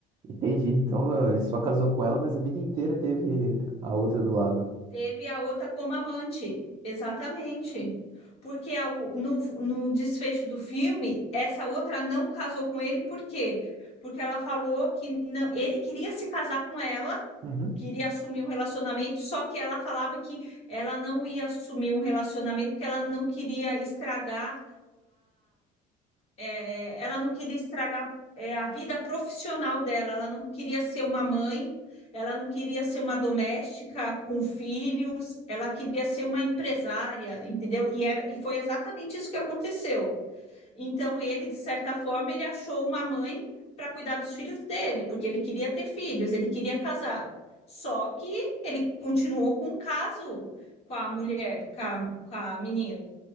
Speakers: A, on the right; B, on the left.
A: entendi. Então eh, ele só casou com ela, mas a vida inteira teve a outra do lado.
B: Teve a outra como amante, exatamente. Porque a o- no, no desfecho do filme, essa outra não casou com ele, por quê? Porque ela falou que não, ele queria se casar com ela,
A: Uhum.
B: queria assumir um relacionamento, só que ela falava que ela não ia assumir um relacionamento, porque ela não queria estragar é, ela não queria estragar, é, a vida profissional dela, ela não queria ser uma mãe, ela não queria ser uma doméstica com filhos, ela queria ser uma empresária, entendeu? E, era, e foi exatamente isso que aconteceu. Então, ele, de certa forma, ele achou uma mãe para cuidar dos filhos dele, porque ele queria ter filhos, ele queria casar. Só que ele continuou com o caso com a mulher, com a, com a menina.